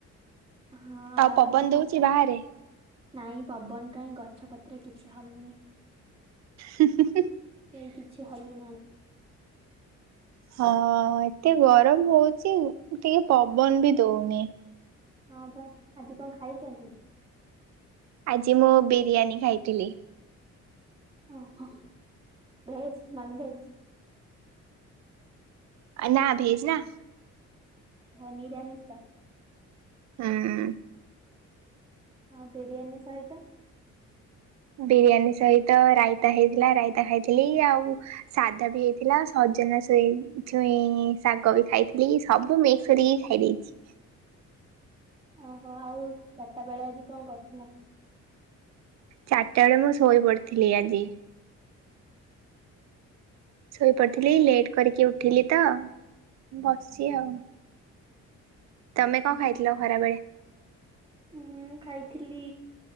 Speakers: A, on the right (about 20°); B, on the right (about 60°).
A: ହଁ ଆଉ
B: ପବନ
A: ଆଜି
B: ଦଉଛି
A: କଣ ଖାଇ।
B: ବାହାରେ?
A: ନାଇଁ ପବନ କାହିଁ ଗଛ ପତ୍ର କିଛି ହଲୁନି।
B: ହୁଁ ହୁଁ ହୁଁ।
A: କାଇଁ କିଛି ହଲୁ ନାହାନ୍ତି।
B: ହଁ ଏତେ ଗରମ ହଉଛି ଟିକେ ପବନ ବି ଦଉନି।
A: ହଁ ପା ଆଜି କଣ ଖାଇଛନ୍ତି?
B: ଆଜି ମୁଁ ବିରିୟାନୀ ଖାଇଥିଲି।
A: ଓଃ ହୋ ଭେଜ ନନ୍ ଭେଜ।
B: ନା ଭେଜ ନା।
A: ହଁ ନିିରାମିଶ।
B: ହୁଁ।
A: ହଁ ବିରିୟାନୀ ସହିତ?
B: ବିରିୟାନୀ ସହିତ ରାଇତା ହେଇଥିଲା ରାଇତା ଖାଇଥିଲି ଆଉ ସାଧା ବି ହେଇଥିଲା। ସଜନା ଶୋଇ ଛୁଇ ଶାଗ ବି ଖାଇଥିଲି ସବୁ ମିକ୍ସ କରିକି ଖାଇ ଦେଇଦେଇଛି।
A: ଓହୋ ଆଉ ଚାରିଟା ବେଳେ ଆଜି କଣ କରୁଥିଲ?
B: ଚାରିଟା ବେଳେ ମୁଁ ଶୋଇ ପଡ଼ିଥିଲି ଆଜି। ଶୋଇପଡିଥିଲି
A: ଓହୋ
B: ଲେଟ୍ କରିକି ଉଠିଲି ତ ବସିଚି ଆଉ। ତମେ କଣ
A: ଓହୋ
B: ଖାଇଥିଲ ଖରାବେଳେ?
A: ମୁଁ ଖାଇଥିଲି